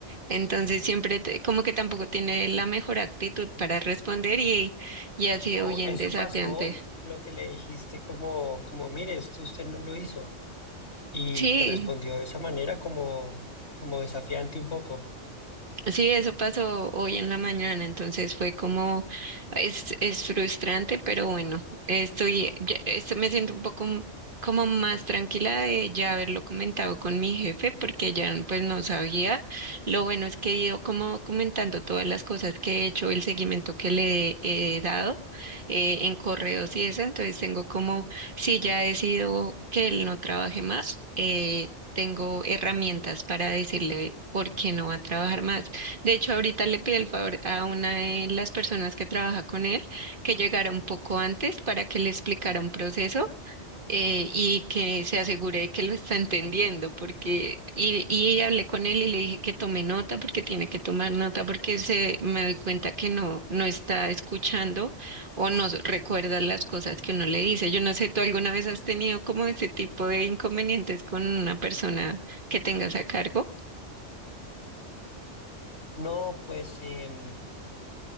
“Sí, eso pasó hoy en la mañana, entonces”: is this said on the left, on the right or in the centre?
Right